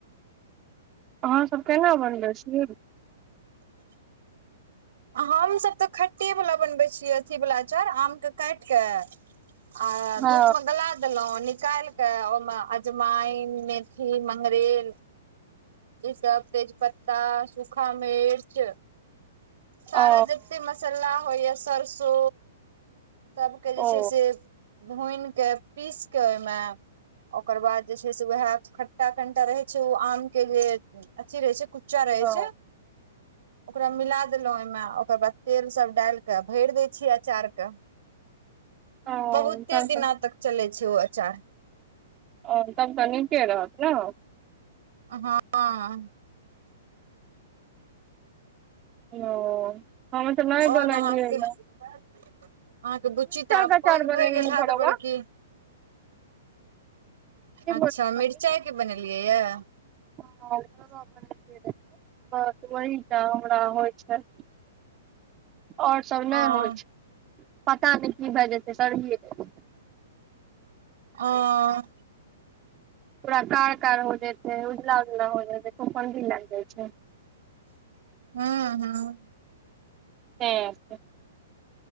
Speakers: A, on the right; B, on the right.
A: अहाँ सब केना बनबै छी
B: हमसभ तऽ खट्टे वाला बनबै छीयै अथी वला अचार आम के कायट कऽ आ
A: हँ
B: धूप मे गला देलहुॅं निकायल के ओहिमे अजमाइन मेथी मंगरैल ई सब तेज पत्ता सूखा मिर्च सारा
A: ओ
B: जते मसाला होइया सरसो सभके जे छैय
A: ओ
B: से भुइन कऽ पीस कऽ ओहिमे ओकर बाद जे छैय से उएह खट्टा कनिटा रहै छैय ओ आम के जे अथी रहै छैय कुच चा रहै
A: ओ
B: छैय ओकरा मिला देलौ ओहिमे आ ओकर बाद तेल सब डालि क भैर दैय छीयै अचार के।
A: ओ
B: बहुते
A: तब
B: दिना
A: तऽ
B: तक चलै छैय ओ अचार।
A: ओ तब तऽ नीके रहत न।
B: हँ
A: ओ हमसभ नहि
B: और
A: बनेलियैया।
B: अहाँके अहाँके बुच्ची तऽ आब
A: के अचार
B: पैघ
A: बनेलियै
B: भए गेल हैत
A: भरुआ
B: बड़की?
A: की
B: अच्छा
A: बोललियै बहिन
B: मिरचाइ के बनेलियै यऽ?
A: <unintelligible> बस ओहीटा हमरा होइ छैल। और सभ नहि
B: अ
A: होइ छैय पता नहि की भैए जेतै <unintelligible>
B: अं
A: पूरा कार कार हो जाइ छैय उजला उजला हो जाइ छैय फुफुंदी लागि जाइ छैय।
B: हूँ हूँ
A: तऽ